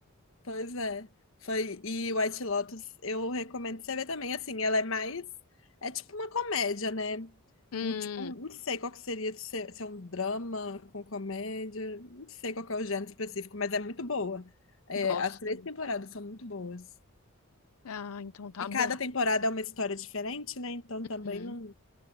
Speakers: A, on the left; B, on the left.
A: Pois é. Foi, e White Lotus, eu recomendo você ver também, assim, ela é mais, é tipo uma comédia, né?
B: Hum,
A: Não, Tipo, não sei qual que seria, se é se é um drama com comédia, não sei qual que é o gênero específico, mas é muito boa. É,
B: gosto.
A: as três temporadas são muito boas.
B: Ah, então tá
A: E
B: bom.
A: cada temporada é uma história diferente, né? Então também
B: Uhum.
A: não,